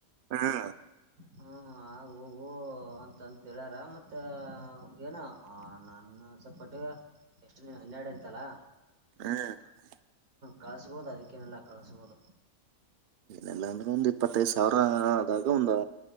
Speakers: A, on the right; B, on the right.
A: ಹಾ
B: ಹಾ ಆ ಹೋಗು ಅಂತಂತಳ್ಯಾರ ಮತ್ತ ಏನು ನನ್ನ ಸಪಟ್ಟ ಎಷ್ಟು ಹನ್ನೆರಡು ಅಂತಲ್ಲ
A: ಹ್ಮ್
B: ಕಳಸ್ಬೋದು ಅದಕ್ಕೆ ಕೆನೆಲ್ಲ ಕಳಿಸುವುದು
A: ಇೆಲ್ಲಾಂದ್ರೆ ಒಂದ್ ಇಪ್ಪತ್ತೈ್ ಸಾವಿರ ಆದಾಗ ಒಂದು